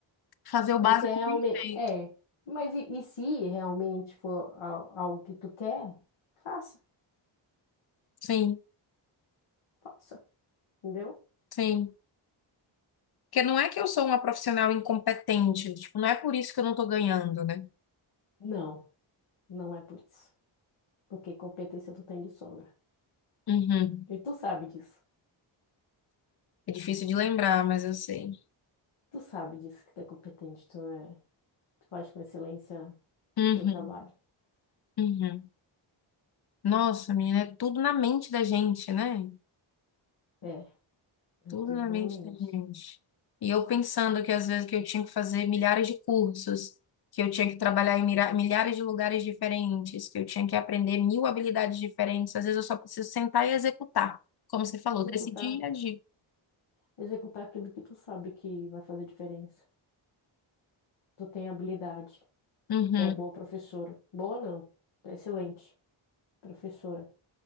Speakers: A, on the left; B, on the left.
A: Fazer o
B: Mas
A: básico
B: se realmente
A: bem feito.
B: é, mas e, e se realmente for al- algo que tu quer, faça,
A: Sim,
B: faça, entendeu?
A: sim. Porque não é que eu sou uma profissional incompetente. Tipo, não é por isso que eu não tô ganhando, né?
B: Não, não é por isso. Porque competência tu tem de sobra.
A: Uhum.
B: E tu sabe disso.
A: É difícil de lembrar, mas eu sei.
B: Tu sabe disso que tu é competente, tu é, tu faz com excelência
A: Uhum.
B: teu trabalho.
A: Uhum. Nossa, menina, é tudo na mente da gente, né?
B: É,
A: Tudo
B: é tudo
A: na mente
B: na mente.
A: da gente. E eu pensando que às vezes que eu tinha que fazer milhares de cursos, que eu tinha que trabalhar em mira- milhares de lugares diferentes, que eu tinha que aprender mil habilidades diferentes. Às vezes eu só preciso sentar e executar, como você falou,
B: Executar.
A: decidir e agir.
B: executar aquilo que tu sabe que vai fazer diferença. Tu tem habilidade,
A: Uhum,
B: tu é boa professora. Boa não, tu é excelente professora.